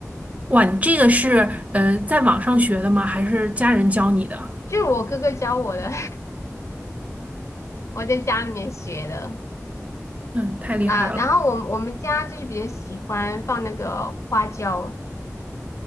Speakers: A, on the right; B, on the left.
A: 哇，你这个是呃在网上学的吗？还是家人教你的？
B: 就是我哥哥教我的，<laughs> 我在家里面学的
A: 嗯，太厉害了。
B: 啊。然后我我们家就是比较喜欢放那个花椒。